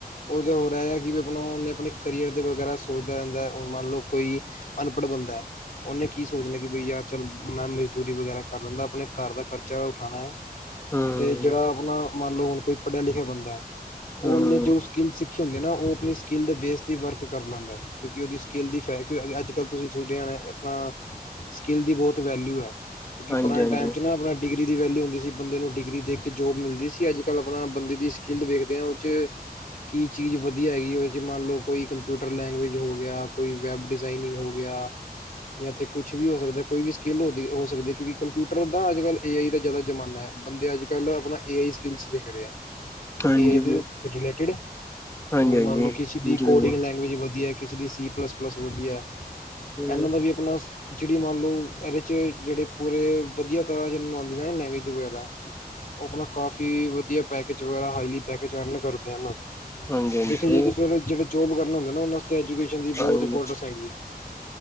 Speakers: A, on the left; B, on the left.
A: ਉਹ ਤਾਂ ਹੋ ਰਿਹਾ ਆ ਕਿ ਵੀ ਆਪ ਉਹਨੇ ਆਪਣੇ ਕਰੀਅਰ ਦੇ ਵਗੈਰਾ ਸੋਚਦਾ ਰਹਿੰਦਾ ਹੈ ਮੰਨ ਲਓ ਕੋਈ ਅਨਪੜ੍ਹ ਬੰਦਾ ਹੈ ਉਹਨੇ ਕੀ ਸੋਚਣਾ ਕਿ ਬਈ ਯਾਰ ਚੱਲ ਮੈਂ ਦੂਰੀ ਵਗੈਰਾ ਕਰ ਲੈਂਦਾ ਆਪਣੇ ਘਰ ਦਾ ਖਰਚਾ ਉਠਾਉਣਾ ਹੈ
B: ਹਮ
A: ਤੇ ਜਿਹੜਾ ਆਪਣਾ ਮੰਨ ਲਓ ਹੁਣ ਕੋਈ ਪੜ੍ਹਿਆ ਲਿਖਿਆ ਬਦਾ
B: ਹਮ
A: ਉਹਨੇ ਜੋ ਸਕਿੱਲ ਸਿੱਖੀ ਹੁੰਦੀ ਨਾ ਉਹ ਆਪਣੀ ਸਕਿੱਲ ਦੇ ਬੇਸ ਤੇ ਵਰਕ ਕਰ ਲੈਂਦਾ ਕਿਉਂਕਿ ਉਹਦੀ ਸਕਿੱਲ ਦੀ ਫੈ ਅੱਜ ਕੱਲ ਤੁਸੀਂ ਤੁਹਾਡੇ ਆਪਣਾ ਸਕਿੱਲ ਦੀ ਬਹੁਤ ਵੈਲਿਊ ਹੈ ਕਿਉਂਕਿ
B: ਹਾਂਜੀ
A: ਪੁਰਾਣੇ
B: ਹਾਂਜੀ
A: ਟਾਈਮ ਚ ਨਾ ਆਪਣਾ ਡਿਗਰੀ ਦੀ ਵੈਲਿਊੁੰ ਸੀ ਬੰਦੇ ਨੂੰ ਡਿਗਰੀ ਦੇ ਕੇ ਜੋਬ ਮਿਲਦੀ ਸੀ ਅੱਜ ਕੱਲ ਆਪਣਾ ਬੰਦੇ ਦੀ ਸਕਿੱਲ ਦੇੇਖਦੇ ਹ ਉਹ ਕੀ ਚੀਜ਼ ਵਧੀਆ ਹੈਗੀ ਉਹ ਚ ਮੰਨ ਲਓ ਕੋਈ ਕੰਪਿਊਟਰ ਲੈਂਗਏਜ ਹੋ ਗਿਆ ਕੋਈ ਵੈਬ ਡਿਜ਼ਾਇਨਿੰਗ ਹੋ ਗਿਆ ਜਾਂ ਤੇ ਕੁਛ ਵੀ ਹੋ ਸਕਦਾ ਕੋਈ ਵੀ ਸਕਿੱਲ ਹੋ ਹੋ ਸਕਦੀ ਹੈ ਕਿਉਂਕਿ ਕੰਪਿਊਟਰ ਦਾ ਅੱਜ ਕੱਲ੍ਹ ਏ ਆਈ ਦਾ ਜ਼ਿਆਦਾ ਜ਼ਮਾਨਾ ਹੈ ਬੰਦੇ ਅੱਜ ਕੱਲ੍ਹ ਆਪਣਾ ਏ ਆਈ ਸਕਲ ਦੇਖ ਰਹੇ
B: ਹਾਂਜੀ ਹਾਂਜੀ
A: ਇਹ ਰਿਲੇਟਿਡ
B: ਹਾਂਜੀ ਹਾਂਜੀ
A: ਮੰਨਲ ਕਿ ਦੀ
B: ਹਾਂਜੀ
A: ਕੋਡਿੰਗ ਲਗੁਜ ਵਧੀਆ ਕਿਸੇ ਦੀ ਸੀ ਪਲੱਸ ਪਲੱਸ ਹੋਦੀ ਹੈ
B: ਹਮ
A: ਇਹਨਾਂ ਦਾ ਵੀ ਆਪਣਾ ਜਿਹੜੀ ਮੰਨ ਲਓ ਇਹਦੇ ਚ ਜਿਹੜੇ ਪੂਰੇ ਵਧੀਆ ਤਰ੍ਹਾਂ ਨੂੰ ਆਉਂਦੀ ਨਾ ਲੈਂਗੁਜ ਉਹ ਆਪਣਾ ਕਾਫੀ ਵਧੀਆ ਪੈਕੇ ਵਰਾ ਹਲੀ ਪੈ ਅਰਨ ਕਰਦੇ ਹਨ
B: ਹਾਂਜੀ
A: ਦੇਖਿਆ
B: ਸਹੀ
A: ਜਾਏ ਤਾਂ ਫਿਰ ਜਿਹੜੇ ਜੋਬ ਕਰਨਾ ਹੁੰਦਾ ਨਾ ਉਹਨਾਂਤੇ ਐਜੂਕੇਸ਼ਨ ਦੀ ਬਹੁਤ
B: ਹਾਂਜੀ
A: ਇੰਪੋਰਟੈਂਸ ਹੈਗੀ ਹੈ